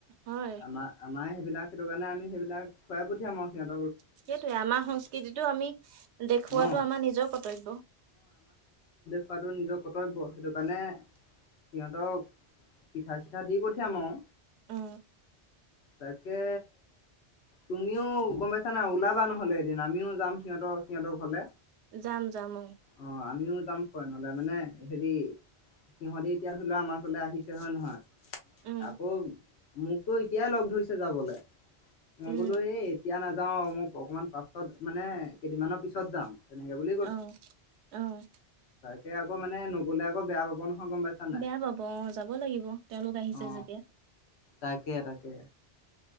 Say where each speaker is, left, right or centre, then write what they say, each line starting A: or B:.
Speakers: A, on the right; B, on the left.
A: হয়।
B: আমাৰ আমাৰ সেইবিলাক সেইটো কাৰণে আমি এইবিলাক খুৱাই পঠিয়াম সহঁ <unintelligible>
A: সেইটোৱে আমাৰ সংস্কৃতিতটো আমি দেখুৱাতটো
B: অ
A: আমাৰ নিজৰ কৰ্তব্য
B: খোৱাটো নিজৰ কৰ্তব্য সেইটো কাৰণে সিহঁতক পিঠা চিঠা দি পঠিয়াম আৰু
A: অ
B: তাকে তুমিও গম পাইছা না ওলাবা নহলে এদিন আমিও যাম সিহতৰ সিহঁতৰ ঘৰলে
A: জাম জাম ও
B: অ আমিও যাম নহলে মানে হেৰি সিহঁতি এতিয়া ধৰি লোৱা আমাৰ ওলে আহিছে হয় নহয়
A: উম,
B: আকৌ মোকতো এতিয়াই লগ ধৰিছে যাবলৈ মই
A: উম,
B: বোলো এই এতিয়া ন যাওঁ মোক অকণমান পাছত মানে কেইদিনমানৰ পিছত যাম তেনেকে বুলি
A: আহ আহ
B: সেয়া আকৌ মানে <unintelligible> আকৌ বেয়া পাব নহয় গম পাইছা নাই
A: বেয়া পাব অ যাব লাগিব তেওঁলোক আহিছে
B: অ
A: যেতিয়া
B: তাকে তাকে